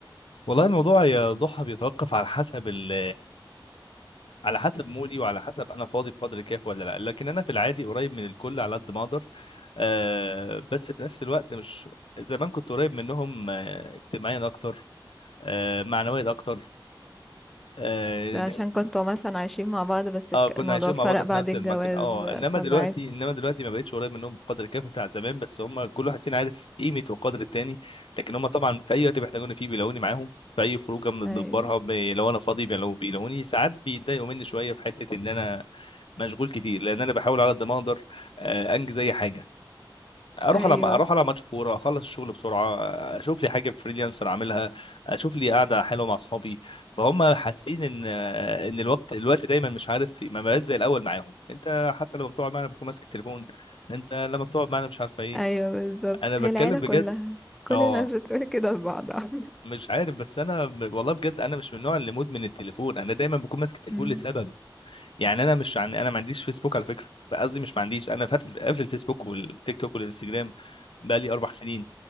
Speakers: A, on the left (about 85°); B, in the centre.
A: والله الموضوع يا ضحى بيتوقف على حسب ال <laughs> على حسب مودي وعلى حسب انا فاضي بقدر الكافي ولا لا لكن انا في العادي قريب من الكل على قد ما اقدر آه بس في نفس الوقت مش زمان كنت قريب منهم آه اجتماعيا اكتر آه معنويا اكتر اه
B: ده عشان كنتوا مثلا عايشين مع بعض بس الك-
A: آه، كنا
B: الموضوع
A: عايشين
B: فرق
A: مع بعض في
B: بعد
A: نفس
B: الجواز
A: المكان اه انما
B: فبعد
A: دلوقتي انما دلوقتي ما بقتش قريب منهم بقدر الكافي بتاع زمان بس هم كل واحد فينا عارف قيمه وقدر التاني لكن هم طبعا في اي وقت بيحتاجوني فيه بيلاقوني معاهم في اي خروجه من بنبرها
B: ايوه
A: بي- لو انا فاضي بيلاقو- بيلاقوني ساعات بيتضايقوا مني شويه في حته ان انا مشغول كتير لان انا بحاول على قد ما اقدر آه، انجز اي حاجه اروح
B: ايوه
A: على اروح على ماتش كوره اخلص الشغل بسرعه اشوف لي حاجه فريلانسر اعملها اشوف لي قاعده حلوه مع اصحابي فهم حاسين ان ان الوقت الوقت دايما مش عارف ما بقاش زي الاول معاهم انت حتى لما بتقعد معانا بتكون ماسك التليفون انت لما بتقعد معانا مش عارفه ايه
B: ايوه بالظبط
A: انا بتكلم
B: هي العيلة
A: بجد
B: كلها كل
A: اه
B: الناس بتقول كده لبعضها
A: مش عارف بس انا ب- والله بجد انا مش من النوع اللي مدمن التليفون انا دايما بكون ماسك التليفون
B: أمم.
A: لسبب يعني انا مش عن... انا ما عنديش فيسبوك على فكره قصدي مش ما عنديش انا فاتح قافل الفيسبوك والتيك توك والانستجرام بقالي اربع سنين